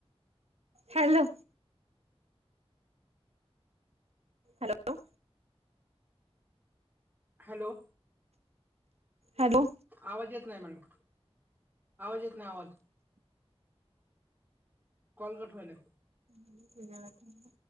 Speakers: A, on the right (about 80°); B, on the right (about 15°).
A: Hello. Hello.
B: Hello.
A: Hello.
B: आवाज येत नाही मॅडम, आवाज येत नाही आवाज. Call cut व्हायलाय.
A: <unintelligible>